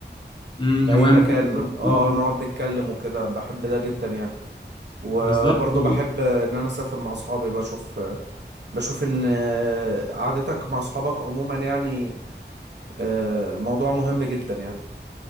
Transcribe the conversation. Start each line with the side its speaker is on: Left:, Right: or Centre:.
Left: امم
Right: في اي
Left: هواية
Right: مكان
Left: مفيدة جدا
Right: اه
Left: اه
Right: آه، نقعد نتكلم وكده بحب ده جدا يعني و-
Left: بالظبط
Right: وبرضو
Left: و...
Right: بحب ان انا اسافر مع اصحابي بشوف بشوف ان آه، قعدتك مع اصحابك عموما يعني آه، موضوع مهم جدا يعني